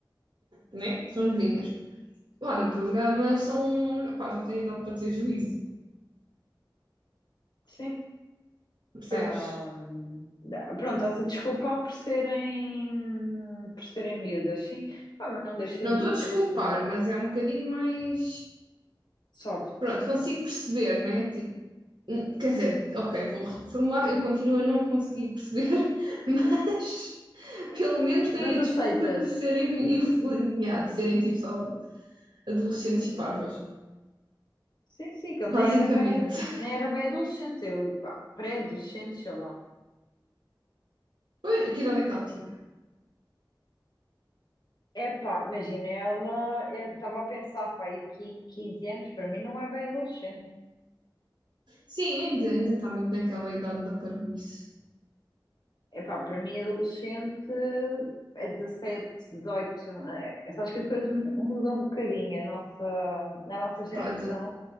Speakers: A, on the right (about 70°); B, on the left (about 60°).
A: né? São novinhas. Lá no programa são, pá, já têm idade para ter juízo,
B: Sim.
A: percebes?
B: Ah, pronto, estás a desculpar por serem, por serem miúdas, sim. Pá, mas não deixa
A: Não
B: de
A: estou a desculpar,
B: ser estranho.
A: mas é um bocadinho mais.
B: Soft.
A: Pronto, consigo perceber, né? Tipo, Hum, Quer dizer, ok, vou reformular. Eu continuo a não conseguir perceber, <laughs> mas pelo menos têm
B: Mas
A: a
B: aceitas?
A: desculpa de serem, influ- yeah, de serem tipo só adolescentes e parvas,
B: Sim, sim, que ele
A: basicamente.
B: nem era bem,
A: <laughs>
B: nem era bem adolescente, eu, pá, pré-adolescente, sei lá.
A: Pois, que idade é que ela tinha?
B: Epá, imagina, ela, eu estava a pensar, pá, aí 15 anos, para mim não é bem adolescente.
A: Sim, ainda, ainda está muito naquela idade da parvoíce.
B: Epá, para mim adolescente é 17, 18, eh, sabes que as coisas mu- mudam um bocadinho a nossa, na nossa geração.
A: Pá, de